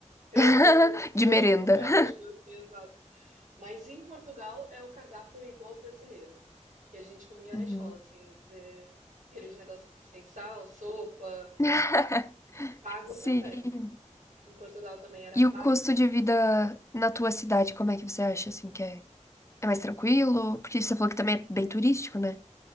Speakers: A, on the right; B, on the left.
A: eu
B: <laughs>
A: no,
B: De
A: no
B: merenda.
A: Rio eu comia arroz
B: <laughs>
A: doce, exato. Mas em Portugal é o cardápio igual ao brasileiro, que a gente comia
B: Uhum.
A: na escola, assim, zé- aqueles negócios sem sal, sopa,
B: <laughs>
A: pago
B: Sim.
A: também. Em Portugal também era pago.
B: E o custo de vida na tua cidade, como é que você acha, assim, que é, é mais tranquilo? Porque você falou que também é bem turístico, né?